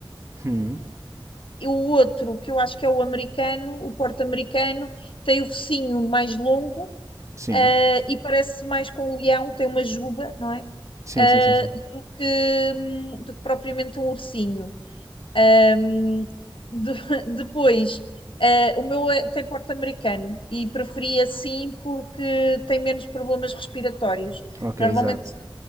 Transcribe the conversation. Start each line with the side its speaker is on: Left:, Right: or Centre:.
Right: Hum,
Left: E o outro, que eu acho que é o americano, o porte americano tem o focinho mais longo
Right: sim.
Left: eh, e parece mais com um leão, tem uma juba, não é?
Right: Sim,
Left: Eh,
Right: sim, sim, sim.
Left: do que, hum, do que propriamente um ursinho. Hum, De- <laughs> depois, eh, o meu é- tem porte americano e preferi assim porque tem menos problemas respiratórios.
Right: Ok,
Left: Normalmente,
Right: exato.